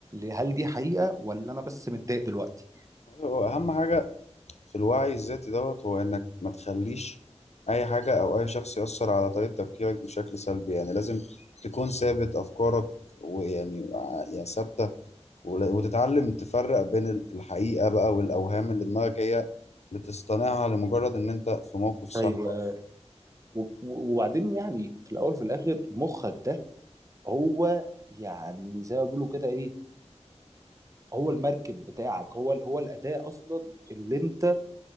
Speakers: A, on the right; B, on the left.
A: هل دي حقيقه ولا انا بس متضايق دلوقتي
B: هو أهم حاجة في الوعي الذاتي دوت هو إنك ما تخليش أي حاجة أو أي شخص يأثر على طريقة تفكيرك بشكل سلبي يعني لازم تكون ثابت أفكارك ويعني ع- يعني ثابتة ول- وتتعلم تفرق بين ال- الحقيقة بقى والأوهام اللي دماغك هي بتصطنعها لمجرد إن أنت في موقف صعب
A: ايوه و- و- وبعدين يعني في الاول وفي الاخر مخك ده هو يعني زي ما بيقولوا كده ايه هو المركب بتاعك هو ال- هو الاداه اصلا اللي انت